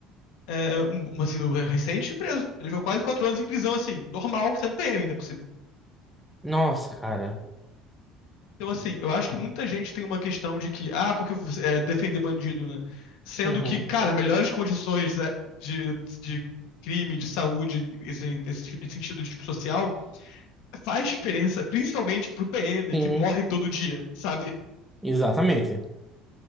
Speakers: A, on the left (about 75°); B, in the centre.
A: é, um- uma sina recente e preso. Ele viveu quase quatro anos em prisão, assim, normal, sendo PM ainda por cima.
B: Nossa, cara.
A: Então, assim, eu acho que muita gente tem uma questão de que, ah, porque é, defender bandido, né? Sendo
B: Uhum.
A: que, cara, melhores condições né, de, de crime, de saúde, assim, nesse, nesse sentido de tipo social, faz diferença, principalmente pro PM,
B: Sim.
A: que morre todo dia, sabe?
B: Exatamente.